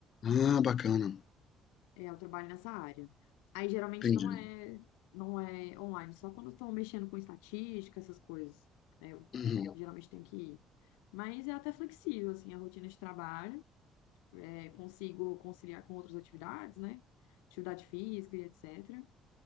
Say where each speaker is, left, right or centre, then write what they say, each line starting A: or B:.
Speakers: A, on the left; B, on the left.
A: Ah, bacana.
B: É, eu trabalho nessa área. Aí geralmente
A: Entendi.
B: não é, não é online, só quando estão mexendo com estatística, essas coisas. Aí eu
A: Uhum.
B: geralmente tenho que ir. Mas é até flexível, assim, a rotina de trabalho. É, consigo conciliar com outras atividades, né? Atividade física e etc.